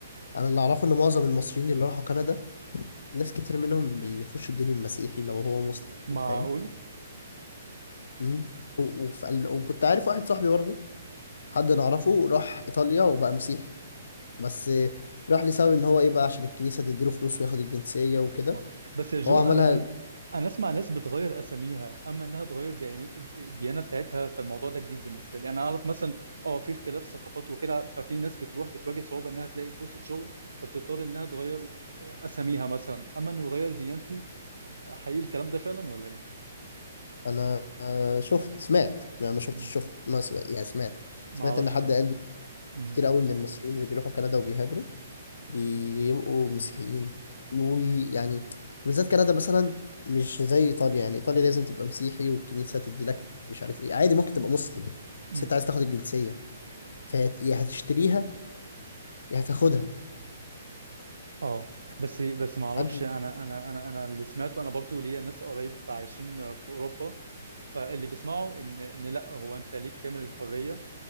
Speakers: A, on the left (about 60°); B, on the right (about 70°).
A: انا اللي اعرفه ان معظم المصريين اللي راحوا كندا ناس كتير منهم بيخشوا الدين المسيحي لو هو مسلم
B: معقول؟
A: فاهم مم. و- وف- وكنت عارف واحد صاحبي برضه حد نعرفه راح إيطاليا وبقى مسيحي بس راح لسبب ان هو ايه بقى عشان الكنيسة تديله فلوس وياخد الجنسية وكده
B: اه بس يا جو
A: هو عملها
B: انا انا انا اسمع ناس بتغير اساميها اما انها تغير دياني- الديانه بتاعتها فالموضوع ده جديد بالنسبه لي يعني انا اعرف مثلا اه في اختلاف ثقافات وكده ففي ناس بتروح بتواجه صعوبه انها تلاقي فرصه شغل فبتضطر انها تغير آه، اساميها مثلا اما انه يغير ديانته آه، حقيقي الكلام ده فعلا ولا ايه؟
A: انا آه، شفت سمعت انا ما شفتش
B: مم.
A: شفت ما سمعت يعني سمعت
B: ما
A: سمعت
B: اعرفش
A: ان حد
B: انا
A: قال
B: مم.
A: كتير قوي من المصريين اللي بيروحوا كندا وبيهاجروا بيبقوا مسيحيين ويعني بالذات كندا مثلا مش زي ايطاليا يعني ايطاليا لازم تبقى مسيحي والكنيسه تدي لك مش عارف ايه عادي ممكن تبقى مسلم
B: مم.
A: بس انت عايز تاخد الجنسيه فيا يا هتشتريها يا هتاخدها
B: اه بس بس ما اعرفش
A: محدش
B: انا انا انا انا اللي سمعته انا برضو ليا ناس قريب عايشين في اوروبا فاللي بيسمعوا ان ان لا هو انت ليك كامل الحريه